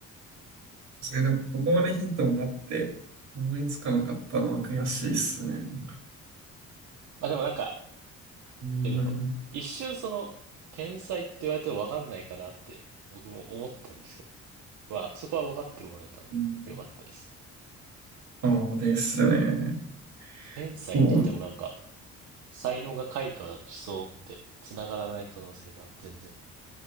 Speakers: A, on the right; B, on the right.
A: それでもここまでヒントもらって思いつかなかったのは悔しいっすね。なんか
B: まあでもなんか、
A: うーん。
B: いやでも、一瞬その、天才って言われても分かんないかなって、僕も思ったんですけど、まあ、そこは分かってもらえたんで、
A: うん
B: よかったですね。
A: ああですね。
B: 天才って言ってもなんか、
A: そう。
B: 才能が開花しそうって、繋がらない可能性が全然、